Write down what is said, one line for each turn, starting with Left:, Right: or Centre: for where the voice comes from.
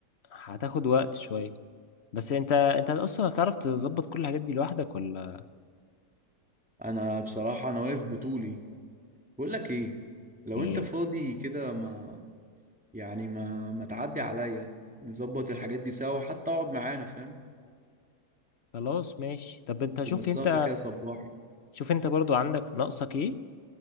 Left: هتاخد وقت شويه بس انت انت اصلا هتعرف تظبط كل الحاجات دي لوحدك ولا
Centre: انا بصراحه انا واقف بطولي بقول لك ايه لو
Left: ايه
Centre: انت فاضي كده ما يعني ما ما تعدي عليا نظبط الحاجات دي سوا حتى اقعد معانا فاهم
Left: خلاص ماشي طب انت شوف
Centre: تبقى السهره
Left: انت
Centre: كده صباحي
Left: شوف انت برضو عندك ناقصك ايه